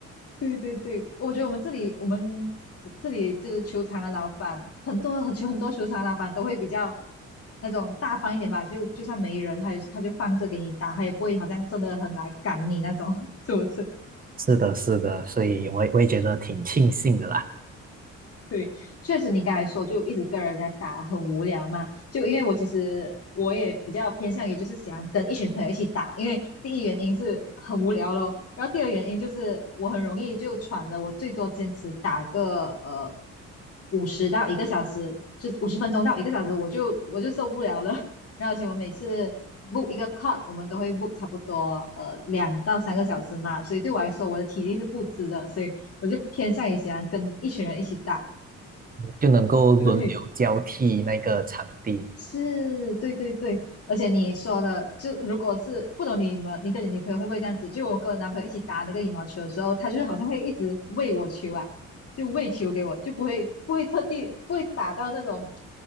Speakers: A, on the left (about 50°); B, on the right (about 30°).
A: 对对对，我觉得我们这里，我们这里这个球场的老板，很多很球很多球场的老板都会比较那种大方一点吧，就就算没人，他也他就放着给你打，他也不会好像真的很来赶你那种，<laughs> 是不是？
B: 是的，是的，所以我也我也觉得挺庆幸的啦，
A: 对，确实你刚才说就一直跟人家打很无聊嘛，就因为我其实我也比较偏向于就是喜欢跟一群朋友一起打，因为第一原因是很无聊咯，然后第二原因就是我很容易就喘了，我最多坚持打个呃五十到一个小时，就五十分钟到一个小时，我就我就受不了了。<laughs> 然后而且我每次 book 一个 cut，我们都会 book 差不多呃两到三个小时嘛，所以对我来说我的体力是不支的，所以我就偏向于喜欢跟一群人一起打。
B: 就能够轮流交替那个场地，
A: <laughs> 对，是，对对对，而且你说的，就如果是不懂你们，你跟你女朋友会不会这样子？就我跟我男朋友一起打那个羽毛球的时候，他就是好像会一直喂我球啊，就喂球给我，就不会不会特地不会打到那种